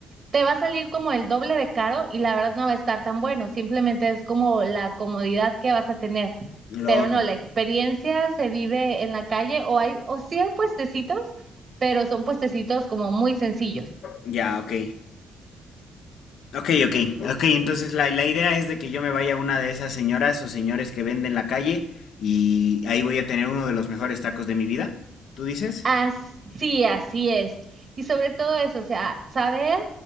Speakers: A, on the right (about 45°); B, on the left (about 75°).
A: te va a salir como el doble de caro y la verdad no va a estar tan bueno. Simplemente es como la comodidad que vas a tener.
B: Lo,
A: Pero no, la experiencia se vive en la calle o hay, o sí hay puestecitos, pero son puestecitos como muy sencillos.
B: ya, ok. Ok, ok, ok. Entonces la, la idea es de que yo me vaya a una de esas señoras o señores que venden en la calle y ahí voy a tener uno de los mejores tacos de mi vida. ¿Tú dices?
A: As- sí, así es. Y sobre todo eso, o sea, saber